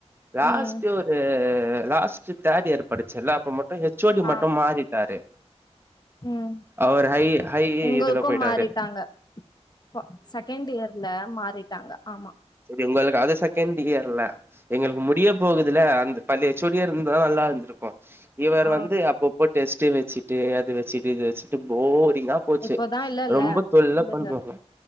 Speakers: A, on the right (about 20°); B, on the left (about 35°).
A: லாஸ்ட்டு
B: ம்
A: ஒரு அ லாஸ்ட்டு தேர்ட் இயர் படிச்சல அப்ப மொட் ப்றோ எச் ஓ டி
B: ஆ
A: மட்டு மாறிட்டாரு
B: ம்
A: அவர் ஹை ஹை
B: உங்களுக்கு
A: இதுல போய்ட்டாரு
B: மாறிட்டாங்க ஃப செகண்ட் இயர்ல மாறிட்டாங்க ஆமா
A: எங்களுக்கு அது செகண்ட் இயர் இல எங்களுக்கு முடிய போகுதுல அந்த பழைய எச் ஓ டி யா இருந்துதா நல்லாருந்திருக்கு இவர்
B: ஆ
A: வந்து அப்போ பொட் டெஸ்டு வச்சுட்டு அது வச் வச்சிட்டு இது வச்சுட்டு போரிங்கா போச்சு
B: இப்போதா இல்லல்ல
A: ரொம்ப தொல்ல
B: விடுங்க
A: பண்ணுவாங்க